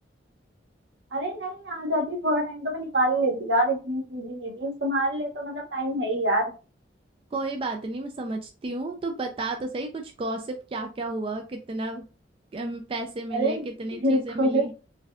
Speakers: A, on the right (about 75°); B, on the right (about 30°).
A: अरे नहीं आ जाती थोड़ा टाइम तो मैं निकाल ही लेती यार इतनी बिजी नहीं थी तुम्हारे लिए तो मतलब टाइम है ही यार
B: कोई बात नहीं मैं समझती हूँ तो बता तो सही कुछ गॉसिप क्या क्या हुआ कितना अम, पैसे मिले
A: अरे
B: कितनी
A: बिल्कुल
B: चीजें मिली